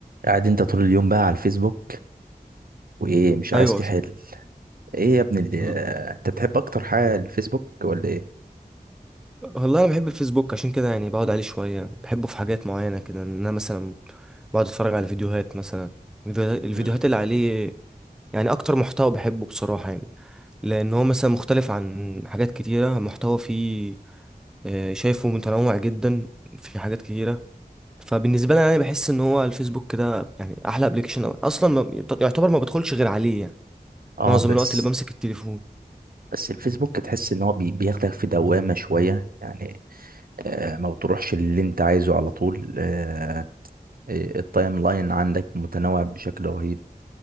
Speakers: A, on the right; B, in the centre.
A: قاعد انت طول اليوم بقى على الفيسبوك وايه مش عايز
B: ايوه
A: تحل ايه يا ابني اللي
B: وال-
A: انت بتحب اكتر حاجه الفيسبوك ولا ايه
B: والله انا بحب الفيسبوك عشان كده يعني بقعد عليه شويه يعني بحبه في حاجات معينه كده ان انا مثلا بقعد اتفرج على فيديوهات مثلا الفيديو- الفيديوهات
A: مم.
B: اللي عليه يعني اكتر محتوى بحبه بصراحه يعني لان هو مثلا مختلف عن حاجات كتيره محتوى فيه آه، شايفه متنوع جدا في حاجات كتيره فبالنسبه لي انا بحس ان هو الفيسبوك ده يعني احلى ابلكيشن اصلا ما يعتبر ما بدخلش غير عليه يعني
A: اه
B: معظم
A: بس
B: الوقت اللي بمسك التليفون
A: بس الفيسبوك تحس ان هو بي- بياخدك في دوامه شويه يعني آه ما بتروحش اللي انت عايزه على طول آه آه، التايم لاين عندك متنوع بشكل رهيب